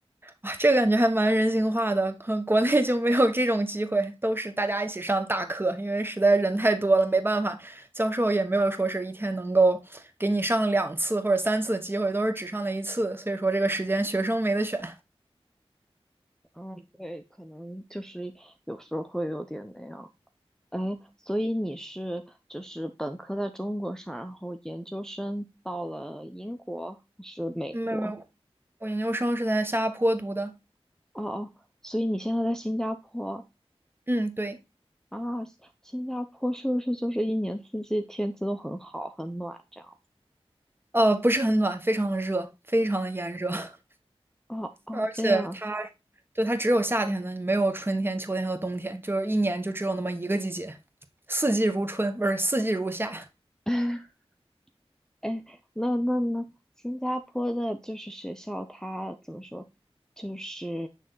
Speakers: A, on the right; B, in the centre.
A: 哇，这个感觉还蛮人性化的，可能国内就没有这种机会，都是大家一起上大课，因为实在人太多了，没办法，教授也没有说是一天能够给你上两次或者三次的机会，都是只上了一次，所以说这个时间学生没得选。
B: 嗯，对，可能就是有时候会有点那样。哎，所以你是就是本科在中国上，然后研究生到了英国还是美国？
A: 嗯没有没有，我研究生是在新加坡读的，
B: 哦哦，所以你现在在新加坡，
A: 嗯，对，
B: 啊，新新加坡是不是就是一年四季天气都很好、很暖这样子？
A: 呃，不是很暖，非常的热，非常的炎热，<laughs>
B: 哦哦，
A: 而且它
B: 这样。
A: 对它只有夏天的，没有春天、秋天和冬天，就是一年就只有那么一个季节，四季如春，不是四季如夏。
B: <laughs> 哎，那那那，新加坡的就是学校，它怎么说，就是